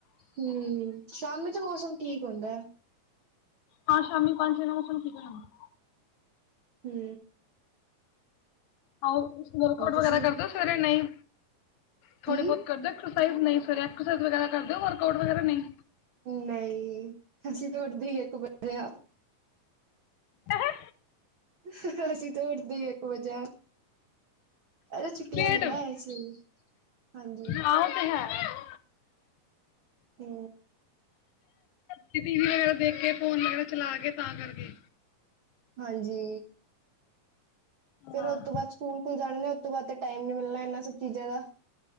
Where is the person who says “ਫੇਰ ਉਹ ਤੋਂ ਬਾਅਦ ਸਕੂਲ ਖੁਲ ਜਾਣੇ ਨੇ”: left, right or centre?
Right